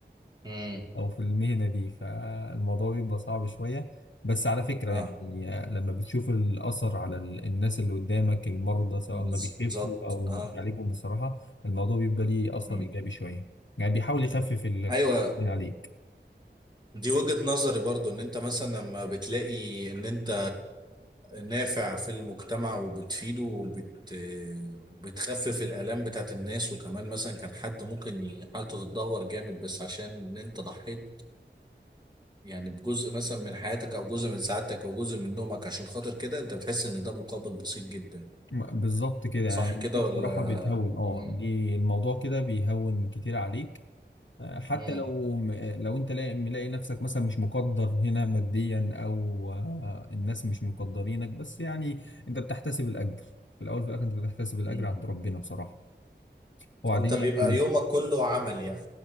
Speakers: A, on the right; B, on the left.
A: امم
B: <laughs> أو في المهنة دي فالموضوع بيبقى صعب شوية بس على فكرة
A: اه
B: يعني آه، لما بتشوف الأثر على ال- الناس اللي قدامك المرضى سواء
A: بالظبط
B: ما بيخفوا أو ما
A: اه
B: بيعالجوا بصراحة الموضوع بيبقى ليه أثر
A: مم.
B: إيجابي شوية يعني بيحاول يخفف ال- الحمل
A: ايوه
B: من عليك
A: دي وجهة نظري برضو ان انت مثلا لما بتلاقي ان انت نافع في المجتمع وبتفيده وبت بتخفف الآلام بتاعت الناس وكمان مثلا كان حد ممكن ي- حالته تتدهور جامد بس عشان ان انت ضحيت يعني بجزء مثلا من حياتك او جزء من سعادتك او جزء من نومك عشان خاطر كده انت بتحس ان ده مقابل بسيط جدا
B: م- بالظبط كده يعني
A: صح كده
B: دي بصراحة
A: ولا
B: بتهون اه
A: مم.
B: دي الموضوع كده بيهون كتير عليك حتى
A: مم.
B: لو لو انت لا- ملاقي نفسك مثلا مش مقدر هنا ماديا او آه، الناس مش مقدرينك بس يعني انت بتحتسب الاجر في الاول وفي الاخر انت بتحتسب الاجر
A: مم.
B: عند ربنا بصراحه وبعدين
A: فانت بيبقى
B: يعني
A: يومك كله عمل يعني